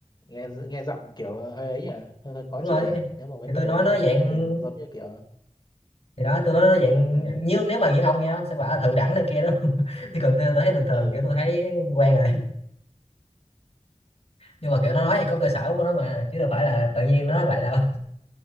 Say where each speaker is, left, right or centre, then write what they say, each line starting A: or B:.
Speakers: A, on the left; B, on the left.
A: nghe nghe giọng kiểu hơi ấy nhỉ hơi, hơi khó
B: đúng
A: chịu
B: rồi
A: nhỉ nếu mà mấy
B: thì
A: người
B: tôi nói nói
A: không
B: dạng
A: quen thì giống như kiểu
B: thì đó tôi nói nó dạng
A: ờ
B: như nếu mà như ông nghe nó sẽ bảo là thượng đẳng này kia đó <laughs> chứ còn tôi tôi thấy bình thường
A: ờ
B: kiểu tôi thấy quen rồi nhưng mà kiểu nó nói thì có cơ sở của nó mà chứ đâu phải là tự nhiên nó nói vậy đâu